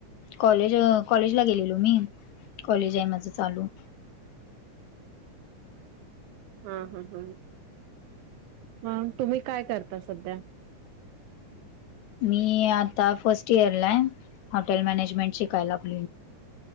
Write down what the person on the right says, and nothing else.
हा हा हा मग तुम्ही काय करता सध्या?